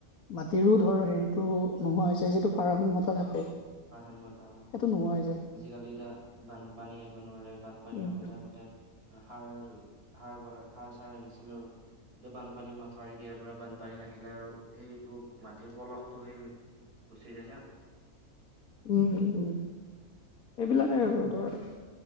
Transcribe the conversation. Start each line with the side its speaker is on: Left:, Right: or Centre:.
Left: মাটিৰো ধৰ হেৰিটো নোহোৱা হৈছে, যিটো ভাৰসাম্যতা থাকে।
Right: ভাৰসাম্যতা অ'
Left: সেইটো নোহোৱা হৈ যায়
Right: আজিকালি এতিয়া বানপানী আহিব নোৱাৰে, বানপানী
Left: উম
Right: আহোতে আগতে সাৰ সাৰ ব সাৰ চাৰ সিঁছিলো আৰু এতিয়া বানপানী মাথাউৰি দিয়াৰ পৰা বানপানী নাহিলে আৰু সেই টো মাটিৰ পলসটো সেই গুচি যায় না।
Left: উম, উম, এইবিলাক এই ৰ'দৰ